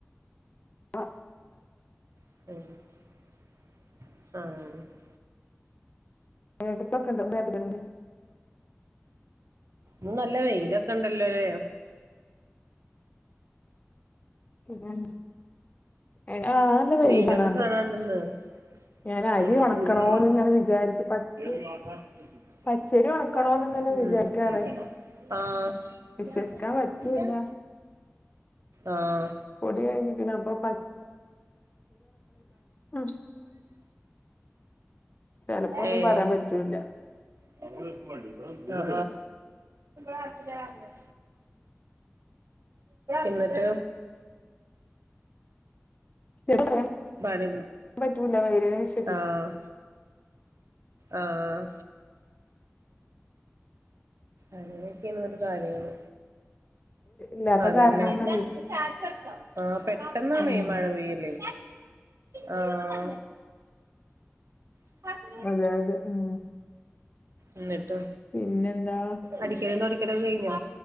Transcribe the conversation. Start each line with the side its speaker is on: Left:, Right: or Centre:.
Left: ആ
Right: <unintelligible>
Left: <unintelligible>
Right: ഇന്ന് നല്ല വെയിലൊക്കെണ്ടല്ലോലെ.
Left: ഉം ഉം പിന്നെ <unintelligible>
Right: വെയിലൊക്കെ
Left: കണ്ട്
Right: കാണാണ്ട്ന്ന്. ഉം <unintelligible>
Left: ഞാൻ അരി ഉണക്കണോന്ന് ഇങ്ങനെ വിചാരിച്ച് പച്ച പച്ചരി ഉണക്കണോന്ന്
Right: പർഞ്ഞ്ണ്ടായ്ര്ന്നു
Left: ഇങ്ങനെ വിചാരിക്കാറ്
Right: ഉം ആഹ് <unintelligible>
Left: വിശ്വസിക്കാൻ പറ്റൂല
Right: എങ്കിലും ആഹ്
Left: റെഡിയായ്ന്നു പിന്നെപ്പൊ പ ഉം. ചെലപ്പൊന്നും
Right: ഏഹ്
Left: പറയാൻ പറ്റൂല്ല.
Right: ആഹ് ആഹ് എന്നട്ട്
Left: <unintelligible>
Right: പണി
Left: പറ്റൂല വെയിലിനെ വിശ്വ
Right: ആഹ് ആഹ് അങ്ങനെക്കെണ് ങ്ങട്ട് കാര്യങ്ങള്
Left: ഇല്ലാത്ത
Right: അതെന്നെ
Left: കാരണം അങ്ങനെ
Right: അല്ല <unintelligible> ആഹ് പെട്ടെന്നാണെ
Left: ഉം.
Right: മഴ പെയ്യല് ആഹ് ആ
Left: അതെ യതെ ഉം
Right: ഇന്നട്ട്
Left: പിന്നെന്താ
Right: അടിക്കലും തൊടിക്കലൊക്കെ കഴിഞ്ഞോ?